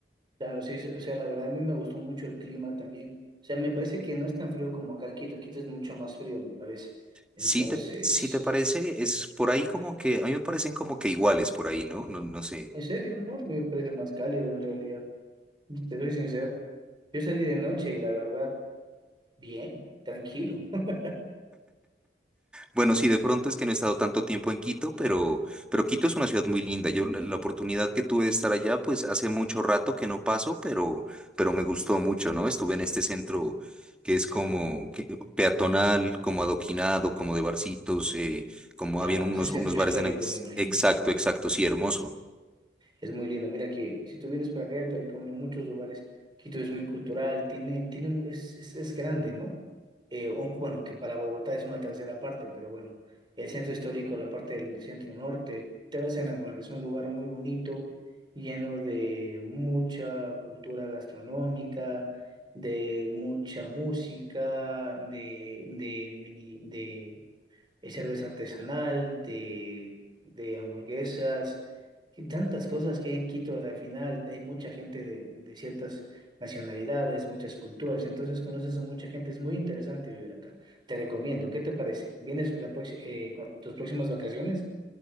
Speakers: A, on the right; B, in the centre.
A: Claro, sí, o sea, la verdad a mí me gustó mucho el clima también. O sea, me parece que no es tan frío como acá en Quito, Quito es mucho más frío, me parece. Entonces,
B: Si te, si te parece, es por ahí como que, a mí me parecen como que iguales por ahí, ¿no? No, no sé.
A: En serio, no, me parece más cálido en realidad. Te soy sincero. Yo salí de noche y la verdad, bien, tranquilo. <laughs>
B: Bueno, sí, de pronto es que no he estado tanto tiempo en Quito, pero, pero Quito es una ciudad muy linda. Yo la, la oportunidad que tuve de estar allá, pues hace mucho rato que no paso, pero, pero me gustó mucho, ¿no? Estuve en este centro que es como que- peatonal, como adoquinado, como de barcitos, eh, como
A: Claro,
B: habían unos,
A: ese centro
B: unos bares
A: histórico,
B: de... na-
A: me imagino.
B: Exacto, exacto, sí, hermoso.
A: Es muy lindo. Mira que si tú vienes para acá, yo te recomiendo muchos lugares. Quito es muy cultural, tiene, tiene, mu- es, es, es grande, ¿no? Eh, o- bueno, que para Bogotá es una tercera parte, pero bueno, el centro histórico, la parte del centro norte, te vas a enamorar. Es un lugar muy bonito, lleno de mucha cultura gastronómica, de mucha música, de, de, mini- de de cerveza artesanal, de, de hamburguesas, y tantas cosas que hay en Quito. Al final hay mucha gente de, de ciertas nacionalidades, muchas culturas, entonces conoces a mucha gente, es muy interesante vivir acá. Te recomiendo, ¿qué te parece? ¿Vienes en la proxi- eh, con tus próximas vacaciones?